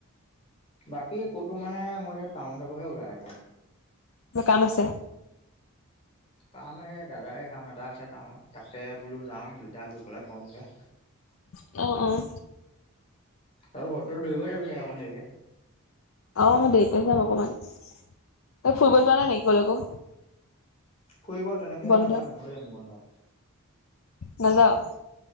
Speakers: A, on the left; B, on the left.
A: বাকী কতো মানে, মই এতিয়া টাউন যাবহে ওলাই আছোঁ।
B: কিবা কাম আছে?
A: কাম এই, দাদাৰে কাম এটা আছে টাউনত। তাকে বোলোঁ যাওঁ, দুইটাই গৈ পেলাই কৰোঁগে। <unintelligible>
B: অহ, অহ।
A: আৰু তইতো দৌৰিব ভাবি অকণ দেৰিকে।
B: অহ, মই দেৰিকৈ যাম অকণমান। তই
A: উম,
B: ফুৰিব যোৱা নাই নেকি ক'লৈকো।
A: ফুৰিব তেনেকে
B: বন্ধত
A: এটা যোৱা নহ'লে মোৰ বন্ধত।
B: নযাওঁ